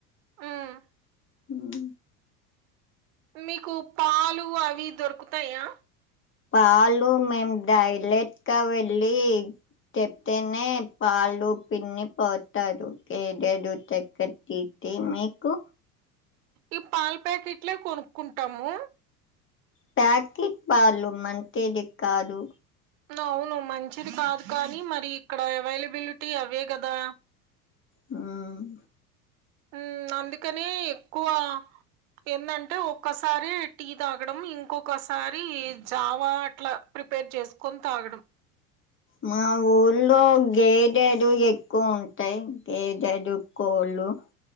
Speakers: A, on the right (about 55°); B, on the left (about 25°).
A: ఉమ్
B: ఉహూ
A: మీకు పాలు అవి దొరుకుతాయా
B: పాలు మేం డైరెక్ట్ గా వెళ్ళి చెప్తేనే పాలు పిన్ని పోతారు ఏడేడు <unintelligible> ఏం మీకు
A: ఈ పాలు ప్యాకెట్లే కొనుక్కుంటాము
B: ప్యాకెట్ పాలు మంచిది కాదు
A: అవును మంచిది కాదు కానీ మరి ఇక్కడ అవైలబిలిటీ అవే కదా
B: ఉమ్
A: ఉమ్ అందుకనే ఎక్కువ ఏందాంటే ఒక్కసారి టీ తాగడం ఇంకొకసారి జావా అట్లా ప్రిపేర్ చేసుకొని తాగడం
B: మా ఊర్లో గేదెడు ఎక్కువ ఉంటాయి గేదెడు కోళ్ళు హలో